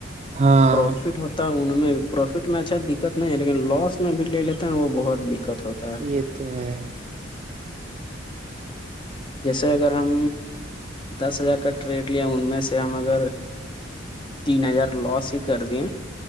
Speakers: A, on the right; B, on the left.
A: ہاں
B: پروفٹ ہوتا ان میں پروفٹ میں اچھا دقت نہیں ہے لیکن لاس میں بھی لے لیتا ن وہ بہت دقت ہوتا ہے
A: یہ تو ہے
B: جیسے اگر ہم دس ہزار کا ٹریٹ ل ان میں سے ہم اگر تین ہزار لاس ہی کر دیے